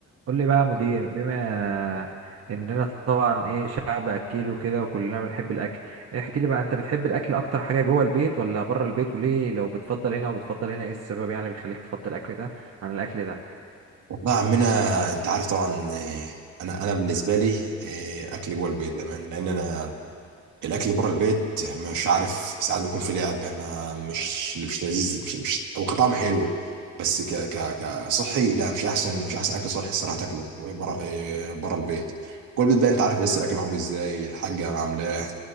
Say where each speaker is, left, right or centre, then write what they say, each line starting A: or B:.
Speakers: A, on the right; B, on the right.
A: قول لي بقى يا مدير بما اننا طبعا ايه شعب اكيل وكده وكلنا بنحب الاكل احكي لي بقى انت بتحب الاكل اكتر حاجه جوه البيت ولا بره البيت وليه لو بتفضل هنا وبتفضل هنا ايه السبب يعني اللي بيخليك تفضل الاكل ده عن الاكل ده
B: والله يا عمنا انت عارف طبعا آه، انا انا بالنسبه لي آه، اكل جوه البيت للامانه لان انا الاكل اللي بره البيت مش عارف ساعات بيكون في لعب ما مش مش لذيذ مش مش هو كطعم حلو بس ك ك كصحي لا مش احسن مش احسن اكل صحي الصراحه تاكله بره إيه، بره البيت كل بيت بقى انت عارف بس الاكل معمول ازاي الحاجه عاملاه